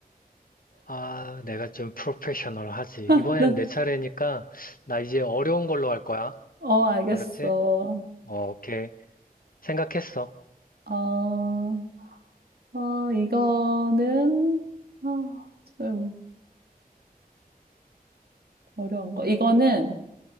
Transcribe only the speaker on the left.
아, 내가 좀 프로페셔널하지.
이번엔
내 차례니까 나 이제 어려운 걸로 할 거야.
알았지? 어, 오케이. 생각했어.